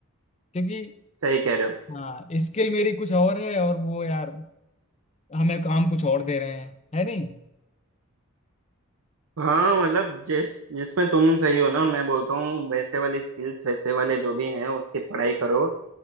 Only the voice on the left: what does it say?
क्योंकि
हाँ स्किल मेरी कुछ और है और वो यार हमें काम कुछ और दे रहे हैं है नहीं